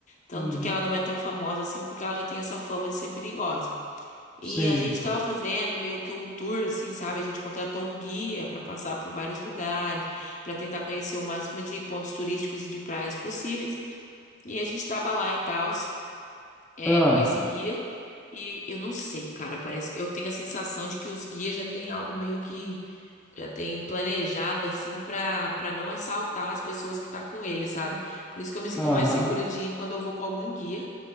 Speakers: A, on the left (about 40°); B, in the centre.
A: Tanto
B: Uhum.
A: que ela não é tão famosa assim, porque ela já tem essa fama de ser perigosa.
B: Sim.
A: E a gente tava fazendo meio que um tour, assim, sabe? A gente contratou um guia pra passar por vários lugares, pra tentar conhecer o máximo de pontos turísticos e de praias possíveis. E a gente tava lá e tal, é,
B: Ah,
A: com esse guia. E eu não sei, cara, parece que eu tenho a sensação de que os guias já têm algo meio que já tem planejado, assim, pra, pra não assaltar as pessoas que tá com ele, sabe? Por isso que eu me sinto
B: aham.
A: mais segura de ir quando eu vou com algum guia.